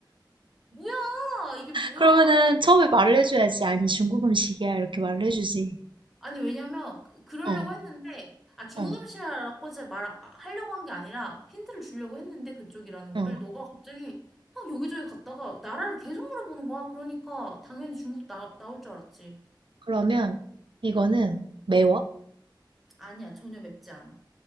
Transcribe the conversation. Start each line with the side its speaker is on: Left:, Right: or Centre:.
Centre: 뭐야? 이게 뭐야?
Right: 그러면은 처음에 말을 해줘야지. 아니, 중국 음식이야. 이렇게 말을 해주지.
Centre: 아니, 왜냐면, 그- 그러려고
Right: 어,
Centre: 했는데, 아, 중국
Right: 어,
Centre: 음식 이라고 제가 말, 아, 하려고 한 게 아니라, 힌트를 주려고 했는데, 그쪽이라는
Right: 어.
Centre: 거를, 너가 갑자기 막 여기저기 갔다가, 나라를 계속 물어보는 거야. 그러니까, 당연히 중국 나, 나올 줄 알았지.
Right: 그러면 이거는
Centre: 응.
Right: 매워?
Centre: 아니야, 전혀 맵지 않아.